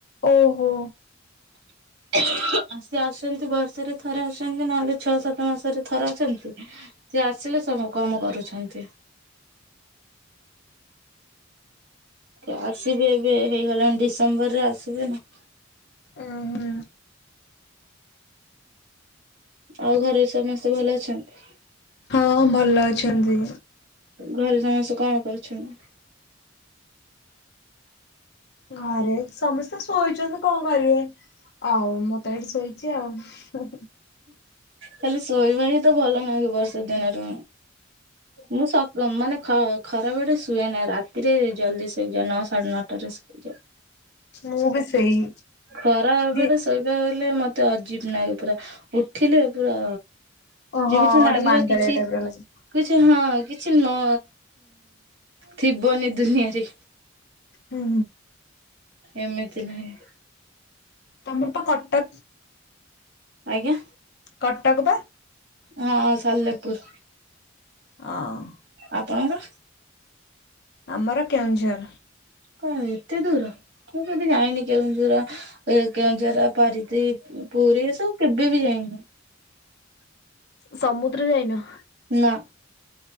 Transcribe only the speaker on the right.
<inaudible> ଆ ସେ ଆସନ୍ତି ବର୍ଷରେ ଥରେ ଆସନ୍ତି ନହେଲେ ଛଅ ସାତ ମାସରେ ଥରେ ଆସନ୍ତି। ସେ ଆସିଲେ ସବୁ କାମ କରୁଛନ୍ତି। ଆସିବେ ଏବେ ହେଇଗଲାଣି ଡିସେମ୍ବର ରେ ଆସିବେ ନା
ଆଉ ଘରେ ସମସ୍ତେ ଭଲ ଅଛନ୍ତି।
ଘରେ ସମସ୍ତେ କଣ କରୁଛନ୍ତି?
ଖାଲି ଶୋଇବା ହି ତ ଭଲ ନାଁ ବର୍ଷା ଦିନରୁ ମୁଁ ମାନେ ଖରାବେଳେ ଶୁଏନା ରାତିରେ ଜଲଦି ସୋଏ ନଅ ସାଢେ ନଅଟାରେ ଆଚ୍ଛା।
ଖରାବେଳେ
ଶୋଇବା ଗଲେ ମତେ ଅଜୀବ ଲାଗେ ପୁରା ଉଠିଲେ ପୁରା
ଯେମିତି
ଲାଗିବ
କିଛି
କିଛି ହଁ କିଛି ନ ଥିବନି ଦୁନିଆରେ
ଏମିତି ନାହିଁ।
ଆଜ୍ଞା।
ହଁ ସାଲେପୁର।
ଆପଣଙ୍କର
ହଁ ଏତେ ଦୂର ମୁଁ ଯଦି ଯାଇନି କେଉଁଝର ଏ କେଉଁଝର ପାରିତ୍ରୀ ପୁରୀ ଏ ସବୁ କେବେ ବି ଯାଇନି?
ନା